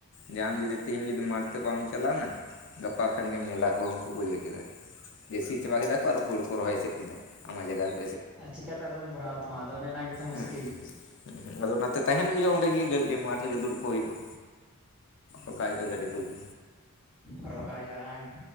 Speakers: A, on the left (about 55°); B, in the centre.
A: ᱡᱮ ᱟᱢ ᱡᱩᱫᱤ ᱛᱮᱤᱦᱤᱧ ᱡᱩᱫᱤ ᱢᱟᱴᱷ ᱛᱮ ᱵᱟᱢ ᱪᱟᱞᱟᱣᱱᱟ ᱜᱟᱯᱟ ᱠᱷᱟᱱ ᱜᱮᱢ ᱧᱮᱞᱟ ᱠᱚᱣᱟ ᱩᱱᱠᱩ ᱠᱚ ᱤᱭᱟᱹ ᱠᱮᱫᱟ ᱡᱮᱥᱤ ᱪᱟᱵᱟ ᱠᱮᱫᱟ ᱠᱚ ᱟᱨ ᱜᱩᱲ ᱠᱚ ᱪᱮᱫ ᱠᱮᱫᱟ ᱟᱢᱟᱜ ᱡᱟᱭᱜᱟ ᱨᱮ
B: ᱟᱨ ᱪᱤᱠᱟᱛᱮ ᱟᱫᱚᱢ ᱵᱷᱚᱨᱟᱣ ᱛᱟᱢᱟ ᱟᱫᱚ ᱚᱱᱮ ᱜᱮᱛᱚ ᱢᱩᱥᱠᱤᱞ
A: ᱦᱮᱸ ᱦᱸᱸ ᱟᱫᱚ ᱚᱱᱟᱛᱮ ᱛᱟᱦᱮᱱ ᱦᱩᱭᱩᱜᱼᱟ ᱚᱸᱰᱮᱜᱮ ᱜ ᱢᱟᱴᱷ ᱨᱮᱜᱮ ᱫᱩᱲᱩᱵ ᱠᱚᱜ ᱦᱩᱭᱩᱜᱼᱟ ᱚᱠᱟ ᱦᱩᱭᱩᱜᱼᱟ ᱜᱟᱹᱰᱤ ᱠᱚᱜᱮ
B: ᱟᱨ ᱨᱚᱜᱟᱭᱟᱹᱧ